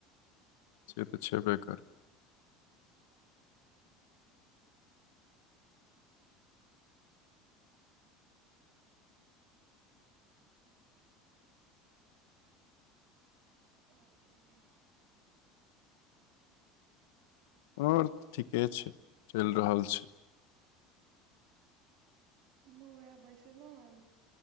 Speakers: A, on the left (about 85°); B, on the right (about 55°).
A: से तऽ छेबे करै
B: आओर कहियौ
A: आओरऽ ठीके छै चलि रहल छै
B: उएह बैसलहुन